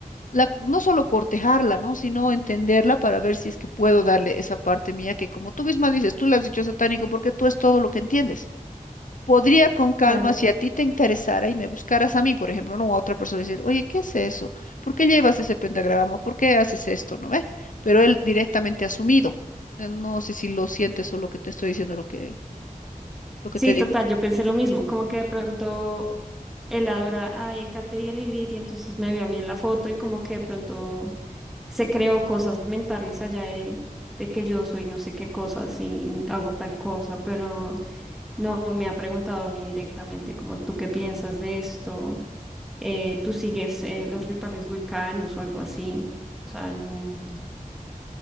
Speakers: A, on the left; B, in the centre.
A: la, no solo cortejarla, ¿no? Sino entenderla para ver si es que puedo darle esa parte mía que como tú misma dices, tú le has dicho satánico porque tú es todo lo que entiendes. Podría con calma,
B: claro.
A: si a ti te interesara y me buscaras a mí, por ejemplo, no a otra persona, decir, oye, ¿qué es eso? ¿Por qué llevas ese pentagrama? ¿Por qué haces esto? ¿No ve? Pero él directamente ha asumido. Eh, No sé si lo sientes o lo que te estoy diciendo, lo que, lo que
B: Sí,
A: te digo.
B: total, yo pensé lo mismo, como que de pronto él adora a Ecate y a Lilith y entonces me vio a mí en la foto y como que de pronto se creó cosas mentales allá él de que yo soy no sé qué cosas y hago tal cosa, pero No me ha preguntado a mí directamente como tú qué piensas de esto, Eh, tú sigues eh, los rituales wiccanos o algo así, o sea, no.